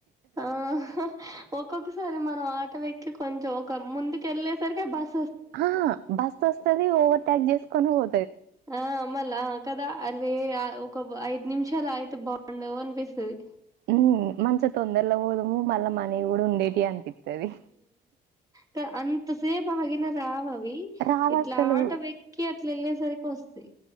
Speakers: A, on the right; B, on the right.
A: ఆ అహ ఒక్కొక్కసారి మనం ఆటో ఎక్కి కొంచెం ఒక ముందుకెళ్ళే సరిగా బస్
B: ఆ బస్ ఒస్తది ఓవర్ టేక్ జేసుకొని ఓ
A: ఆ మళ్ళా ఆ కదా అరే ఆ ఒక ఐదు నిమిషాలు ఆగితే బాగుండు అని పిస్తది
B: ఉమ్ మంచిగ తొందరలో పోదుము మళ్ళా మనీ కూడా ఉండేటియి అని పిత్తది
A: త అంత సేప ఆగిన రావవ్ వి
B: రాదు
A: ఇట్లా
B: అస్సలు
A: ఆట వెక్కి అట్లా వెళ్ళే సరికి వస్తాయ్